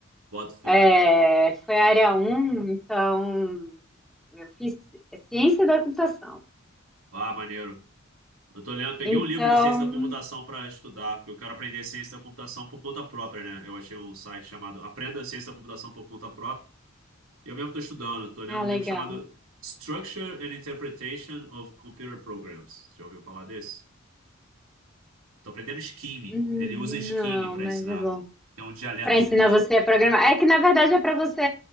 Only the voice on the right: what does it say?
Bota fé.
Ah, maneiro. Eu tô lendo, peguei
um livro de ciência da computação pra estudar, porque eu quero aprender ciência da computação por conta própria, né? Eu achei um site chamado Aprenda Ciência da Computação por Conta Própria. E Eu mesmo tô estudando, tô lendo
um
livro chamado Structure and Interpretation of Computer Programs. Já ouviu falar desse? Tô aprendendo Scheme.
Ele usa Scheme
pra
ensinar,
que é um dialeto
de Lisp.